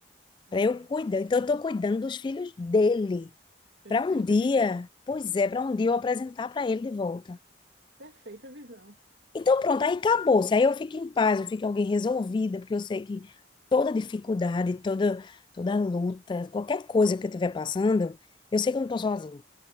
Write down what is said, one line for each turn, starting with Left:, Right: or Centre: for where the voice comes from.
Right: Amém.
Left: para eu cuidar. Então eu tô cuidando dos filhos dele.
Right: Perfeita
Left: Para um dia,
Right: visão.
Left: pois é, para um dia eu apresentar para ele de volta.
Right: Perfeita visão.
Left: Então pronto, aí acabou. Se aí eu fico em paz, eu fico alguém resolvida, porque eu sei que toda dificuldade, toda toda luta, qualquer coisa que eu estiver passando, eu sei que eu não tô sozinha.